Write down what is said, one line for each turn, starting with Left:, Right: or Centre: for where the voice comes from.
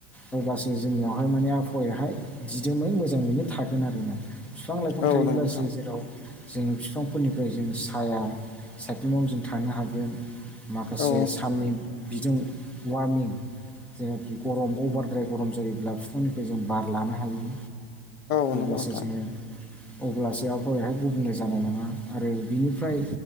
Centre: अब्लासो जोंनियावहाय माने आबहावायाहाय दिदोमै मोजाङैनो थागोन आरोना बिफां लाइफां
Left: औ
Centre: थायोब्लासो
Left: नंगौ नोंथां
Centre: जेराव जोङो बिफांफोरनिफ्राय जों साया सायख्लुमाव जों थानो हागोन माखासे
Left: औ
Centre: साननि बिदुं वार्मिं जेनाखि गरम अभारद्राय गरम जायोब्ला बिफांनिफ्राय जों बार लानो हायो
Left: औ नंगौ
Centre: अब्लासो
Left: नोंथां
Centre: जोङो
Left: <inaudible>
Centre: अब्लासो आबहावायाहाय गुबुंले जानाय नङा आरो बिनिफ्राय